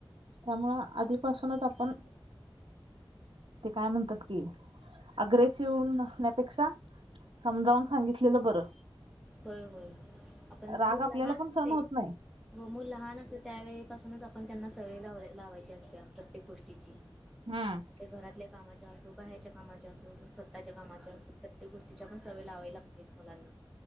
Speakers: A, on the right; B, in the centre.
A: त्यामुळे आधीपासूनच आपण ते काय म्हणतात कि, अग्रेसिव्ह नसण्यापेक्षा समजावून सांगितलेलं बरं.
B: होय होय आपण <inaudible>
A: राग आपल्याला पण सहन
B: ते
A: होत नाही
B: हो मूल लहान असते त्यावेळीपासूनच आपण त्यांना सवय लाव लावायची असत्या प्रत्य प्रत्येक गोष्टीची
A: हम्म
B: ते घरातल्या कामाच्या असो बाहेरच्या कामाच्या असो स्वतःच्या कामाच्या असून प्रत्येक गोष्टीच्या पण सवय लावाय लागते मुलांना